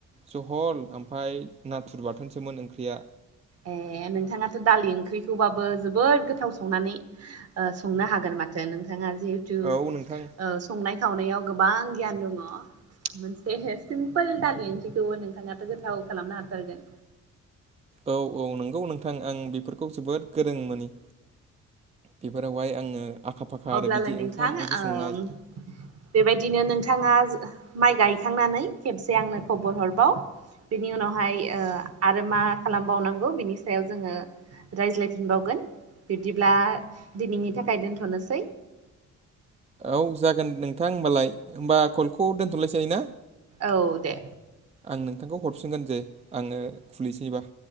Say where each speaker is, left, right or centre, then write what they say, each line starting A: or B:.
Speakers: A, on the right; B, on the right.
A: जहल ओमफाय नाथुर बाथोनसोमोन ओंख्रिया।
B: ए नोंथाङाथ' दालि ओंख्रिखौबाबो जोबोद गोथाव संनानै ओ संनो हागोन माथो नोंथाङा जिथु ओ
A: औ नोंथां
B: संनाय खावनायाव गोबां गियान दङ। मोनसे हे सिमपोल दालि ओंख्रिखौ नोंथाङाथ' गोथाव खालामनो हाथारगोन।
A: औ औ नोंगौ नोंथां आं बेफोरखौ जोबोद गोरों मोनि बेफोरावहाय आङो आखा फाखा
B: अब्लालाय
A: आरो बिदि
B: नोंथां
A: ओंखाम ओंख्रि
B: ओम
A: संनाय
B: बेबायदिनो नोंथाङा माइ गायखांनानै खेबसे आंनो खबर हरबाव बिनि उनावहाय ओ आरो मा खालामबावनांगौ बिनि सायाव जोङो रायज्लायफिनबावगोन बिब्दिब्ला दिनैनि थाखाय दोन्थ'नोसै।
A: औ जागोन नोंथां होमबालाय होमबा कलखौ दोनथ'लायसै ना?
B: औ दे।
A: आं नोंथांखौ हरफिनगोन जे आङो खुलिसैबा।